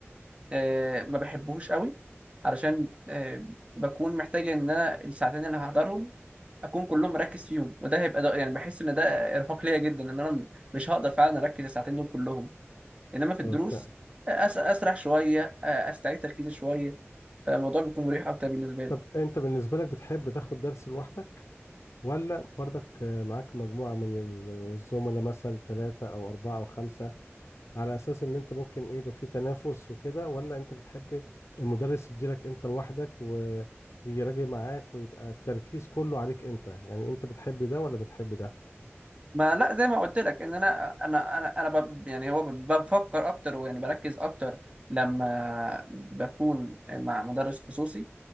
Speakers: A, on the right (about 25°); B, on the left (about 80°).
A: آه ما بحبهوش قوي علشان آه بكون محتاج ان انا الساعتين اللي هحضرهم اكون كلهم مركز فيهم وده هيبقى ده يعني بحس ان ده ارهاق ليا جدا ان انا م- مش هقدر فعلا اركز الساعتين دول كلهم انما في الدروس
B: اه فعلا.
A: آه، أس- اسرح شويه آه، استعيد تركيزي شويه فالموضوع بيكون مريح اكتر بالنسبه لي
B: طب أنت بالنسبة لك بتحب تاخد درس لوحدك ولا برضك آه، معاك مجموعة من ال- الزملاء مثلا ثلاثة أو أربعة أو خمسة على اساس ان انت ممكن ايه يبقى في تنافس وكده ولا انت بتحب المدرس يديلك انت لوحدك و... ويراجع معاك ويبقى التركيز كله عليك انت يعني انت بتحب ده ولا بتحب ده
A: ما لا زي ما قلت لك ان انا انا انا انا ب- يعني هو ب- بفكر اكتر ويعني بركز اكتر لما بكون مع مدرس خصوصي